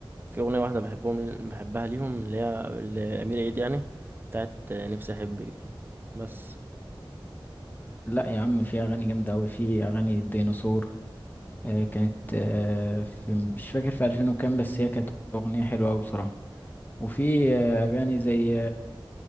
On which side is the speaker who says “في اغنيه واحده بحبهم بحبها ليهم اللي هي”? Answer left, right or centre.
Right